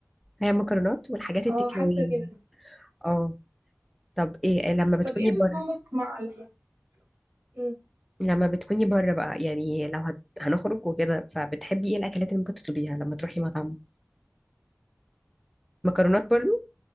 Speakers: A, in the centre; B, on the right.
A: هي مكرونات والحاجات التيك
B: اه حاسه
A: اواي
B: كده
A: اه طب ايه لما بتكوني
B: طب ايه
A: بره
B: نظامك مع ال... مم.
A: لما بتكوني بره بقى يعني لو هت... هنخرج وكده فبتحبي ايه الاكلات اللي ممكن تطلبيها لما تروحي مطعم مكرونات برضو